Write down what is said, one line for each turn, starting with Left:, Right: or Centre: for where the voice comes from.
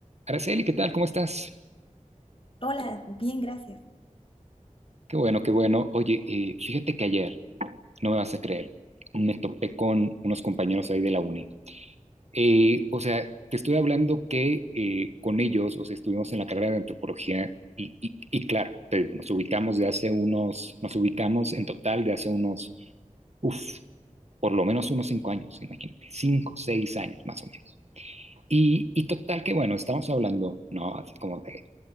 Right: Araceli, ¿qué tal? ¿Cómo estás?
Left: Hola, bien, gracias.
Right: Qué bueno, qué bueno. Oye, eh, fíjate que ayer, no me vas a creer, me topé con unos compañeros ahí de la uni. Eh, o sea, te estoy hablando que eh, con ellos, o sea, estuvimos en la carrera de antropología y, y- y claro, te- nos ubicamos de hace unos, nos ubicamos en total de hace unos, uff, por lo menos unos cinco años, imagínate, cinco, seis años más o menos. Y, y total que, bueno, estamos hablando, ¿no? Así como de